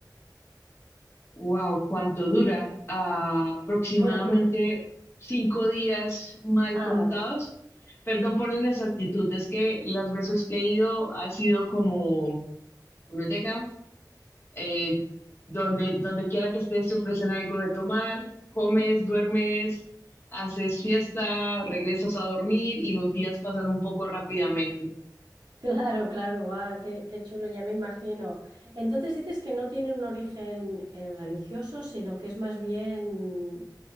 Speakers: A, on the left (about 35°); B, on the right (about 70°).
A: Wow, ¿cuánto dura? Ah, aproximadamente
B: Bueno, quiero...
A: cinco días mal
B: Ah,
A: contados.
B: vale.
A: Perdón por la inexactitud, es que las veces que he ido ha sido como uno llega, eh, donde, donde quiera que estés te ofrecen algo de tomar, comes, duermes, haces fiesta, regresas a dormir y los días pasan un poco rápidamente.
B: Claro, claro, guau, qué, qué chulo, ya me imagino. Entonces dices que no tiene un origen eh, religioso, sino que es más bien,